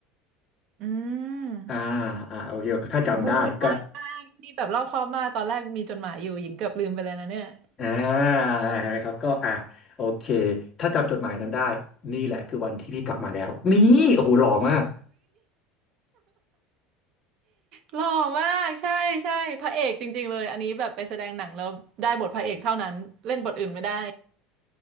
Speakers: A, on the right; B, on the left.
A: อืม
B: อ่าอ่าโอเคถ้าจำได้ก็
A: เออใช่ใช่ที่แบบเล่าข้อบมากตอนแรกมีจดหมายอยู่หญิงเกือบลืมไปเลยนะเนี่ย
B: อ่าเห็นไหมครับก็อ่าโอเคถ้าจำจดหมายนั้นได้ นี่แหละคือวันที่พี่กลับมาแล้วนี่โอ้โหหล่อมาก
A: หล่อมากใช่ใช่พระเอกจริงๆเลยอันนี้แบบไปแสดงหนังแล้วได้บทพระเอกเท่านั้นเล่นบทอื่นไม่ได้